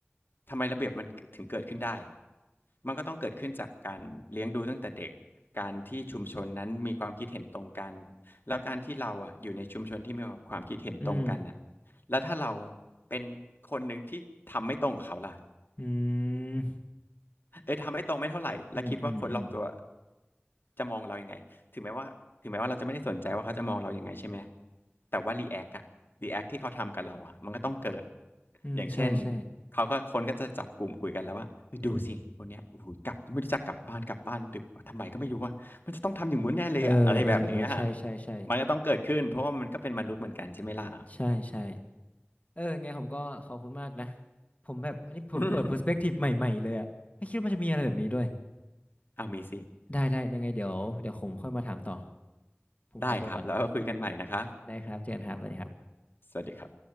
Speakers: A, on the left; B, on the left.
A: ทำไมระเบียบมันถึงเกิดขึ้นได้ล่ะมันก็ต้องเกิดขึ้นจากการเลี้ยงดูตั้งแต่เด็กการที่ชุมชนนั้นมีความคิดเห็นตรงกันแล้วการที่เราอะอยู่ในชุมชนที่มีความคิดเห็นตรงกันอะ
B: อืม
A: แล้วถ้าเราเป็นคนหนึ่งที่ทำไม่ตรงกับเขาล่ะ
B: อืม
A: เอ้ยทำให้ตรงไม่เท่าไหร่แล้วคิดว่าคนรอบตัว
B: อืมอืมอืม
A: จะมองเรายังไงถึงแม้ว่าถึงแม้ว่าเราจะไม่ได้สนใจว่าเขาจะมองเรายังไงใช่ไหมแต่ว่ารีแอคอะรีแอคที่เขาทำกับเราอะมันก็ต้องเกิด
B: อืมใช่ใช่
A: อย่างเช่นเขาก็คนก็จะจับกลุ่มคุยกันแล้วว่าเฮ้ยดูสิคนเนี้ยโอ้โหกลับไม่รู้จักกลับบ้านกลับบ้านดึกว่าทำไมก็ไม่รู้ว่ามันจะต้องทำอย่างงู้นแน่เลยอะอะไรแบบนี้อะ
B: เออเออเออใช่ใช่ใช่
A: มันก็ต้องเกิดขึ้นเพราะว่ามันก็เป็นมนุษย์เหมือนกันใช่ไหมล่ะ
B: ใช่ใช่ เออไงผมก็ขอบคุณมากนะผมแบบอันนี้เปิดเปิด
A: <laughs>
B: perspective ใหม่ๆเลยอะไม่คิดว่ามันจะมีอะไรแบบนี้ด้วย
A: เอามีสิ
B: ได้ได้ยังไงเดี๋ยวเดี๋ยวผมค่อยมาถามต่อผมขอตัวก่อน
A: ได้ครับแล้วคุยกันใหม่นะครับ
B: ได้ครับเจอกันครับสวัสดีครับ
A: สวัสดีครับ